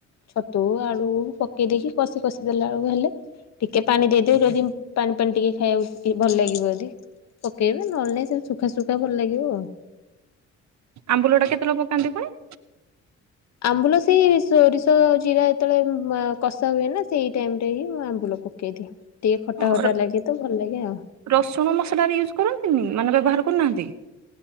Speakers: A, on the left; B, on the right.
A: ଛତୁ ଆଳୁକୁ ପକେଇ ଦେଇକି କଷି କଷି ଦେଲାଆଳକୁ ହେଲେ ଟିକିଏ ପାଣି ଦେଇଦେଇ ଯଦି ପାଣି ପାଣି ଟିକିଏ ଖାଇଆକୁ ଭଲଲାଗିବ ଯଦି। ପକେଇବେ ନହେଲେ ନାଇଁ ସେମିତି ସୁଖା ସୁୁଖା ଭଲଲାଗିବ ଆଉ।
B: ଆମ୍ବୁଲଟା କେତେବେଳେ ପକାନ୍ତି ପୁଣି?
A: ଆମ୍ବୁଲ ସେଇ ସୋରିଷ ଜିରା ଯେତେବେଳେ ଉୁଁ କଷା ହୁଏନା ସେଇ ଟାଇମରେହିଁ ମୁଁ ଆମ୍ବୁଲ ପକେଇଦିଏ। ଟିକିଏ ଖଟା
B: ଅ
A: ଫଟା
B: ର
A: ଲାଗେତ ଭଲଲାଗେ ଆଉ।
B: ରସୁଣ ମସଲାବି ୟୁଜ କରନ୍ତିନି ମାନେ ବ୍ୟବହାର କରୁନାହାନ୍ତି।